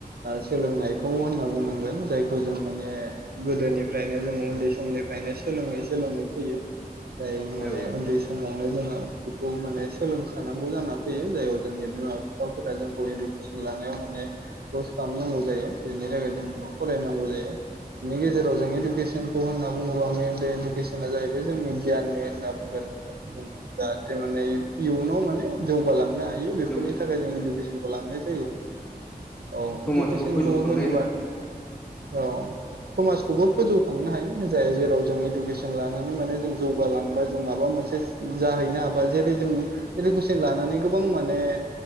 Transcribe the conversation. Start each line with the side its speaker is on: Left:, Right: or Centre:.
Right: सोलोंनायखौ होनना बुंनांगोन जायखौ जों माने गोदोनिफ्रायनो जों उन्दै समनिफ्रायनो सोलोंङै सोलोंङै फैयो। जाय माने
Centre: औ
Right: उन्दै समावनो जोंङो बेखौ माने सोलोंखानां गौ जाना फैयो जाय जोंनि बिमा बिफाफोरा जोंखौ इडुकेसन लानायाव माने फर्स खालामनांगौ जायो बेनि थाखाय जों फरायनांगौ जायो। बिनि गेजेराव जों इडुकेसनखौ होनना बुंङोबा मेेनलि इडुकेसना जाहैबाय जोंनि गियाननि होनना बुंगोन जों जाहाथे
Centre: उम
Right: माने इयुनाव माने जौगालांनो हायो बेफोरनि
Centre: जौगा
Right: थाखाय जों इडुकेसनखौ लांनाय जायो। औ
Centre: समाजखौ
Right: इडुकेसनखौ
Centre: फोजौखांनायनि
Right: होनोबा
Centre: औ
Right: औ समाजखौबो फोजौखांनो हायो जायो जेराव जों इडुकेसन लानानै माने जों जौगालांबा जों माबा मोनसे जाहैनो हाबा जेरै जों गोबां माने